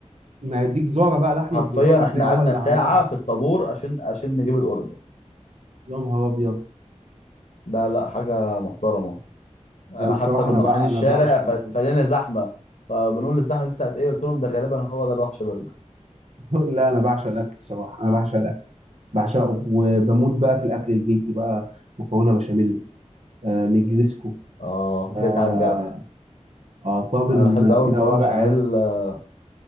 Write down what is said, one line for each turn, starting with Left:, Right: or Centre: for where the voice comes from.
Right: ما هي دي جزاره بقى لحمه
Left: حرفيا
Right: جزاره هتلاقيها
Left: احنا قعدنا
Right: هو اللي
Left: ساعة
Right: عاملها
Left: في الطابور عشان عشان نجيب الاوردر
Right: يا نهار ابيض
Left: ده لا حاجة محترمة انا
Right: لا انا الصراحه
Left: حتى كنا
Right: انا بقى
Left: رايحين الشارع
Right: انا بعشق
Left: ف-
Right: البرجر
Left: فلقينا زحمة فبنقول الزحمة دي بتاعت ايه قلت لهم ده غالبا هو ده الوحش برجر
Right: <laughs> لا انا بعشق الاكل الصراحه انا بعشق الاكل بعشقه وبموت بقى في الاكل البيتي بقى مكرونه بشاميل آه نجريسكو
Left: اه
Right: اه,
Left: جيت على الجرح
Right: آه طاجن
Left: انا بحب قوي المكرونة
Right: كده ورق
Left: بشاميل
Right: عنب
Left: آه،